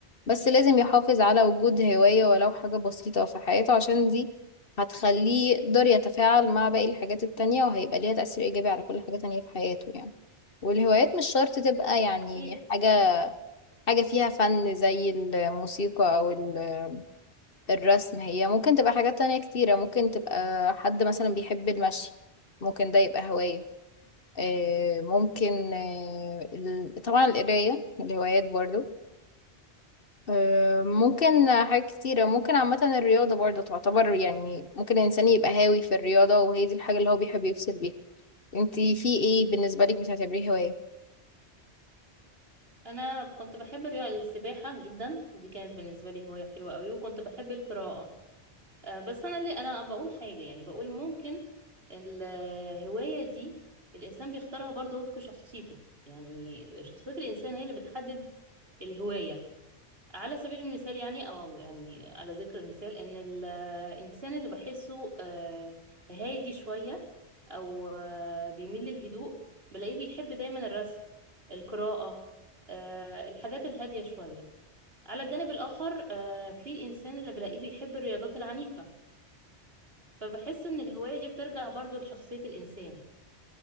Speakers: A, on the left; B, on the right.
A: بس لازم يحافظ على وجود هواية ولو حاجة بسيطة في حياته عشان دي هتخليه يقدر يتفاعل مع باقي الحاجات التانية وهيبقى ليها تأثير إيجابي على كل حاجة تانية في حياته يعني والهوايات مش شرط تبقى يعني
B: صحيح
A: حاجة حاجة فيها فن زي الموسيقى أو ال- الرسم هي ممكن تبقى حاجات تانية كتيرة ممكن تبقى حد مثلا بيحب المشي ممكن ده يبقى هواية آه، ممكن آه، ال- طبعا القراية من الهوايات برضو آه، ممكن حاجات كتيرة ممكن عامة الرياضة برضو تعتبر يعني ممكن الإنسان يبقى هاوي في الرياضة وهي دي الحاجة اللي هو بيحب يفصل بيها انتي في ايه بالنسبة لك بتعتبريه هواية
B: أنا كنت بحب الرياضة- السباحة جدا دي كانت بالنسبة لي هواية حلوة قوي وكنت بحب القراءة آه، بس انا اللي انا بقول حاجه يعني بقول ممكن الهوايه دي الانسان بيختارها برضه وفق شخصيته يعني شخصيه الانسان هي اللي بتحدد الهوايه على سبيل المثال يعني او يعني على ذكر المثال ان الانسان اللي بحسه آه، هادي شويه او آه، بيميل للهدوء بلاقيه بيحب دايما الرسم القراءه آه، الحاجات الهاديه شويه على الجانب الاخر آه، في الانسان اللي بلاقيه بيحب الرياضات العنيفه فبحس ان الهواية دي بترجع برضو لشخصية الانسان